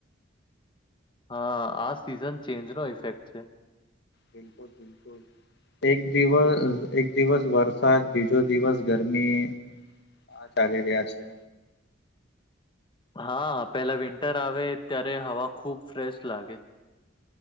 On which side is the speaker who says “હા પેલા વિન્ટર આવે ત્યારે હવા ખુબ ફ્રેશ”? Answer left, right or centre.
Left